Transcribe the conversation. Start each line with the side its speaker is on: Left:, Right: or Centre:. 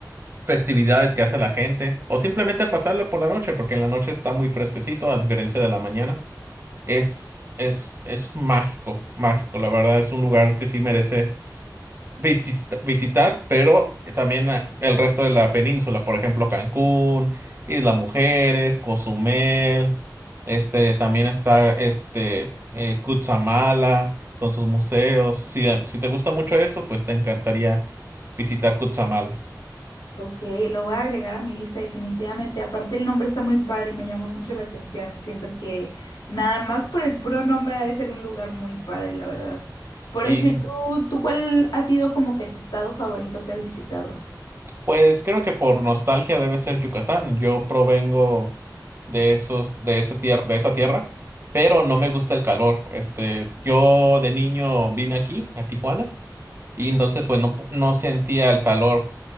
Right: festividades que hace la gente, o simplemente pasarla por la noche, porque en la noche está muy fresquecito, a diferencia de la mañana. Es, es, es mágico, mágico, la verdad, es un lugar que sí merece visita- visitar, pero también eh, el resto de la península, por ejemplo, Cancún, Isla Mujeres, Cozumel, este, también está este, eh, Cutzamala con sus museos. Si, eh, si te gusta mucho eso, pues te encantaría visitar Cutzamala.
Left: Ok, lo voy a agregar a mi lista definitivamente. Aparte el nombre está muy padre, me llama mucho la atención. Siento que nada más por el puro nombre ha de ser un lugar muy padre, la verdad.
Right: Sí.
Left: Por decir, tú, ¿tú cuál ha sido como que tu estado favorito que has visitado?
Right: Pues creo que por nostalgia debe ser Yucatán. Yo provengo de esos, de esa tierra, de esa tierra, pero no me gusta el calor. Este, yo de niño vine aquí, a Tijuana, y entonces pues no, pu- no sentía el calor